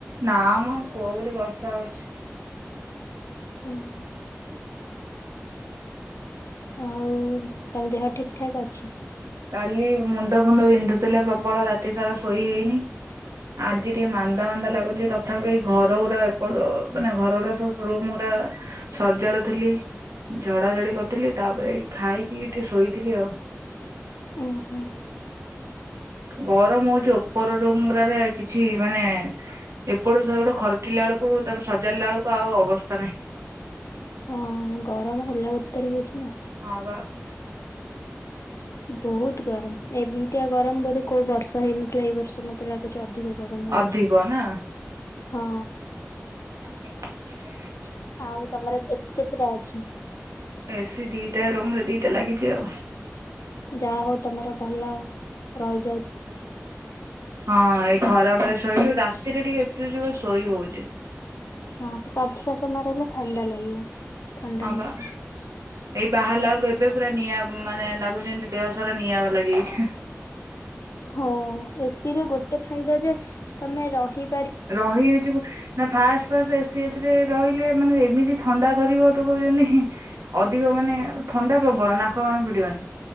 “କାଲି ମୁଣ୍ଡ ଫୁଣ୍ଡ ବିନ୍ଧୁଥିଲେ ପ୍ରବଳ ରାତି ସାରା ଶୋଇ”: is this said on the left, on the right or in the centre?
Right